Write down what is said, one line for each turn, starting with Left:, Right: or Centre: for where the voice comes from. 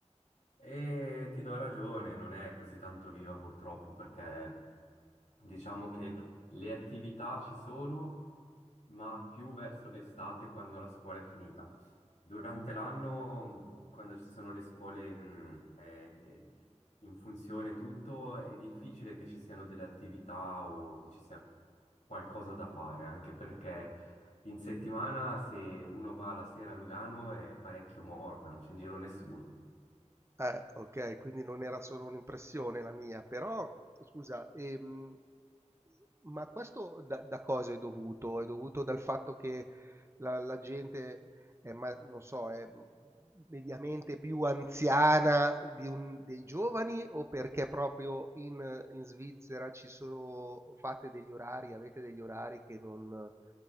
Left: E ti do ragione, non è così tanto viva purtroppo perché diciamo che le attività ci sono, ma più verso l'estate quando la scuola è finita. Durante l'anno, quando ci sono le scuole mh, eh, in funzione tutto, è difficile che ci siano delle attività o che ci sia qualcosa da fare, anche perché in settimana se uno va la sera a Lugano è parecchio morta, non c'è in giro nessuno.
Right: Eh, okay, quindi non era solo un'impressione la mia, però scusa, ehm, ma questo da da cosa è dovuto? È dovuto dal fatto che la la gente è ma non so, è, mhmm, mediamente più anziana di un dei giovani o perché proprio in in Svizzera ci sono fate degli orari avete degli orari che non